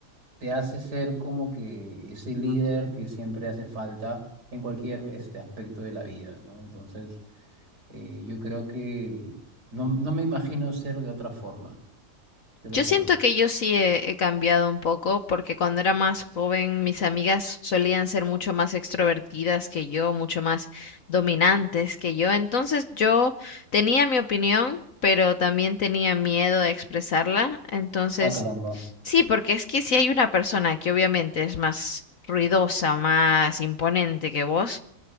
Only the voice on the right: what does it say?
te hace ser como que ese líder que siempre hace falta en cualquier este aspecto de la vida, ¿no? Entonces... Eh, yo creo que no, no me imagino ser de otra forma, te lo
juro.
Ah, caramba.